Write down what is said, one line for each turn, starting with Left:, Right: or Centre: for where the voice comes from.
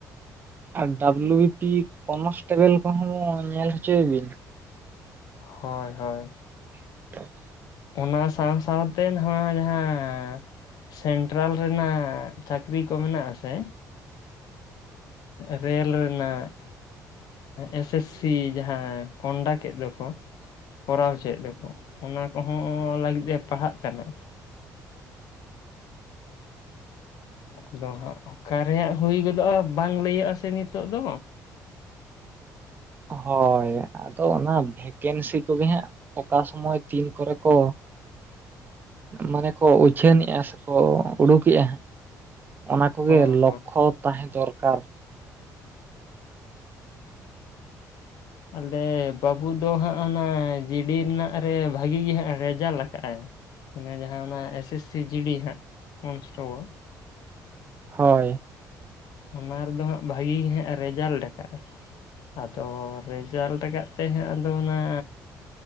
Right: ᱟᱨ ᱰᱟᱵᱽᱞᱩ ᱵᱤᱯᱤ ᱠᱚᱱᱥᱴᱮᱵᱮᱞ ᱠᱚᱦᱚᱸ ᱧᱮᱞ ᱦᱚᱪᱚᱭᱮ ᱵᱤᱱ
Left: ᱦᱳᱭ ᱦᱳᱭ
Right: <inaudible>
Left: ᱚᱱᱟ ᱥᱟᱶ ᱥᱟᱶᱛᱮ ᱱᱚᱣᱟ ᱡᱟᱦᱟᱸ ᱥᱮᱱᱴᱨᱟᱞ ᱨᱮᱱᱟᱜ ᱪᱟᱹᱠᱨᱤ ᱠᱚ ᱢᱮᱱᱟᱜ ᱟᱥᱮ ᱨᱮᱞ ᱨᱮᱱᱟᱜ ᱮᱥ ᱮᱥ ᱥᱤ ᱡᱟᱦᱟᱸ ᱠᱚᱱᱰᱟᱠᱴ ᱮ ᱫᱚᱠᱚ ᱠᱚᱨᱟᱣ ᱪᱮᱫ ᱫᱚᱠᱚ ᱚᱱᱟ ᱠᱚᱦᱚᱸ ᱞᱟᱹᱜᱤᱫ ᱮ ᱯᱟᱲᱦᱟᱜ ᱠᱟᱱᱟ ᱟᱫᱚ ᱦᱟᱸᱜ ᱚᱠᱟ ᱨᱮ ᱦᱩᱭ ᱜᱚᱫᱚᱜᱼᱟ ᱵᱟᱝ ᱞᱟᱹᱭᱩᱜᱼᱟ ᱥᱮ ᱱᱤᱛᱳᱜ ᱫᱚ
Right: ᱦᱳᱭ ᱟᱫᱚ ᱚᱱᱟ ᱵᱷᱮᱠᱮᱱᱥᱤ ᱠᱚᱜᱮ ᱦᱟᱸᱜ ᱚᱠᱟ ᱥᱚᱢᱚᱭ ᱛᱤᱱ ᱠᱚᱨᱮ ᱠᱚ ᱢᱟᱱᱮ ᱠᱚ ᱩᱪᱷᱟᱹᱱᱮᱜᱼᱟ ᱥᱮ ᱠᱚ ᱩᱰᱩᱠᱮᱜᱼᱟ ᱚᱱᱟ ᱠᱚ
Left: ᱦᱚᱸ
Right: ᱜᱮ ᱞᱚᱠᱠᱷᱚ ᱛᱟᱦᱮᱸ ᱫᱚᱨᱠᱟᱨ
Left: ᱟᱞᱮ ᱵᱟᱹᱵᱩ ᱫᱚ ᱦᱟᱸᱜ ᱚᱱᱟ ᱡᱤᱰᱤ ᱨᱮᱱᱟᱜ ᱨᱮ ᱵᱷᱟᱹᱜᱤ ᱜᱮ ᱦᱟᱸᱜ ᱨᱮᱡᱟᱞ ᱟᱠᱟᱜᱼᱟᱭ ᱚᱱᱮ ᱡᱟᱦᱟᱸ ᱚᱱᱟ S S C G D ᱦᱟᱸᱜ ᱠᱚᱱᱥᱴᱮᱵᱚᱞ
Right: ᱦᱳᱭ
Left: ᱚᱱᱟ ᱨᱮᱫᱚ ᱦᱟᱸᱜ ᱵᱷᱟᱹᱜᱤ ᱜᱮ ᱦᱟᱸᱜ ᱨᱮᱡᱟᱞᱴ ᱟᱠᱟᱫ ᱟᱭ ᱟᱫᱚ ᱨᱮᱡᱟᱞᱴ ᱠᱟᱫ ᱛᱮ ᱦᱟᱸᱜ ᱟᱫᱚ ᱚᱱᱟ